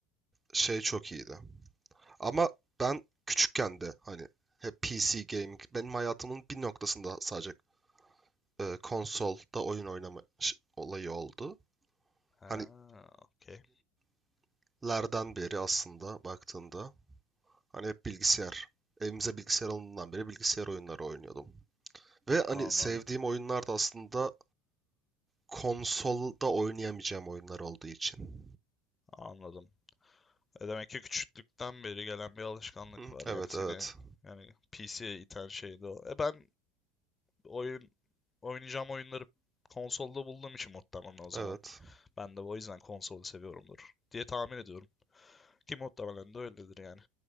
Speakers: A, on the right; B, on the left.
A: şey çok iyiydi. Ama ben küçükken de hani hep PC gaming benim hayatımın bir noktasında sadece e, konsolda oyun oynama olayı oldu.
B: Ha,
A: Hani
B: okey.
A: 2000'lerden beri aslında baktığında hani hep bilgisayar. Evimize bilgisayar alındığından beri bilgisayar oyunları oynuyordum. Ve hani
B: Anladım.
A: sevdiğim oyunlar da aslında konsolda oynayamayacağım oyunlar olduğu için.
B: Anladım. E demek ki küçüklükten beri gelen bir alışkanlık
A: Hı,
B: var.
A: evet
B: Yani seni
A: evet.
B: yani PC'ye iten şeydi o. E ben oyun oynayacağım oyunları konsolda bulduğum için muhtemelen o zaman.
A: Evet.
B: Ben de o yüzden konsolu seviyorumdur diye tahmin ediyorum. Ki muhtemelen de öyledir yani.